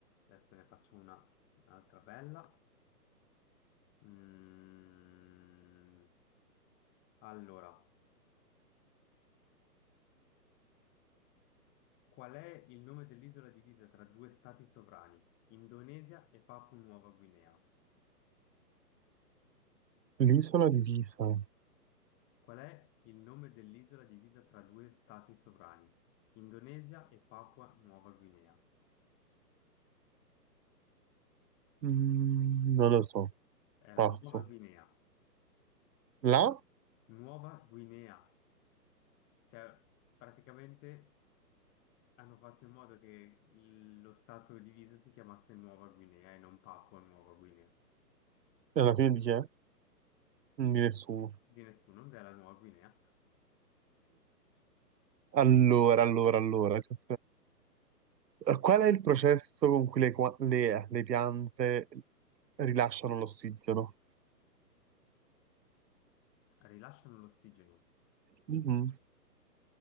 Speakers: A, on the left; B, on the right.
A: Adesso ne faccio una, un'altra bella. Mm. Allora, qual è il nome dell'isola divisa tra due stati sovrani, Indonesia e Papua Nuova Guinea?
B: L'isola di Pisa.
A: Qual è il nome dell'isola divisa tra due stati sovrani, Indonesia e Papua Nuova Guinea?
B: Mm, non lo so,
A: È
B: passo.
A: la Nuova Guinea.
B: La?
A: Nuova Guinea. Cioè, praticamente Hanno fatto in modo che il- lo stato diviso si chiamasse Nuova Guinea e non Papua Nuova Guinea.
B: E alla fine di chi è? Di nessuno.
A: Di nessuno, non è la Nuova Guinea.
B: Allora, allora, allora. cioè, eh, Qual è il processo con cui le, qua- le- le piante rilasciano l'ossigeno?
A: Rilasciano l'ossigeno
B: Mhm,